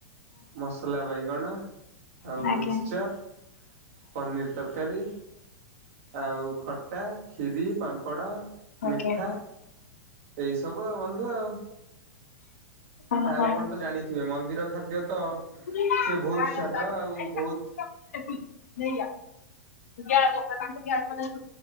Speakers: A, on the right; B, on the left.
A: ମସଲା ବାଇଗଣ ଆଉ
B: ଆଜ୍ଞା
A: ମିକ୍ସଚର ପନିର୍ ତରକାରୀ ଆଉ ଖଟ୍। ପା କ୍ଷୀରି ପାମ୍ପଡ଼
B: ଆଜ୍ଞା।
A: ମିଠା ଏଇ ସବୁ ଆଉ ବନ୍ଧୁ ଆଉ
B: ଓହୋ
A: ଆଉ ଆପଣ ତ ଜାଣିଥିବେ ମନ୍ଦିର ଖାଦ୍ୟତ
B: ଆଜ୍ଞା
A: ସିଏ ବହୁତ ସ୍ଵାଦ ଆଉ ବହୁତ।
B: ଗ୍ୟା ତାଙ୍କୁ ଗ୍ୟା <unintelligible>